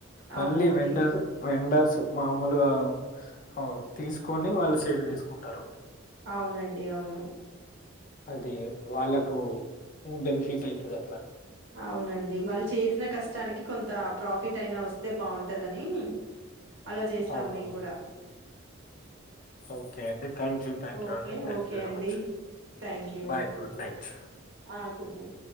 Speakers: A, on the left; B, on the right.
A: మళ్ళీ
B: అవునండి
A: వెండారు వెండర్సు మామూలుగా అ తీసుకొని వాళ్ళు సేల్ చేసుకుంటారు
B: అవునండి అవును
A: అదే వాళ్ళకుఊ బనిఫిట్ అయితుది అప్ప
B: అవునండి వాళ్ళు చేసిన కష్టానికి కొంత అంత ప్రాఫిట్ అయినా వస్తే బాగుంటదని అలా చేస్తాం
A: అవునవును.
B: మేము కూడా
A: ఓకే అండి thank you thank
B: okay.
A: you అండి థ్యాంక్
B: ఓకే
A: యూ వెరీ
B: అండి.
A: Much
B: thank you.
A: Bye good night
B: ఆ! Good night.